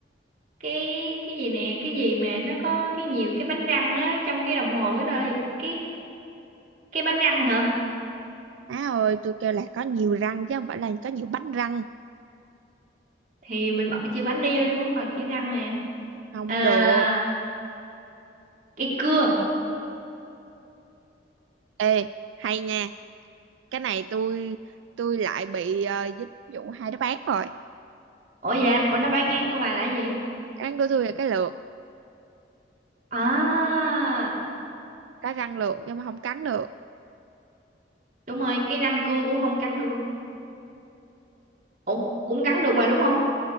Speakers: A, on the right; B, on the right.
A: cái cái gì nè cái gì mà nó có cái nhiều cái bánh răng á trong cái đồng hồ cái đó là cái cái bánh răng hả
B: má ơi tôi kêu là có nhiều răng chứ không phải là có nhiều bánh răng
A: thì mình bỏ chữ bánh đi mình cũng còn chữ răng mà
B: không
A: à,
B: được
A: cái cưa
B: ê hay nha cái này tôi tôi lại bị ờ, dính vụ hai đáp án rồi
A: Ủa dạ, ủa nó bán ngang của bà là gì?
B: đáp án của tôi là cái lược
A: À,
B: có răng lược nhưng mà không cắn được
A: đúng rồi, cái răng cưa cũng không cắn được luôn. Ủa, cũng cắn được mà đúng không?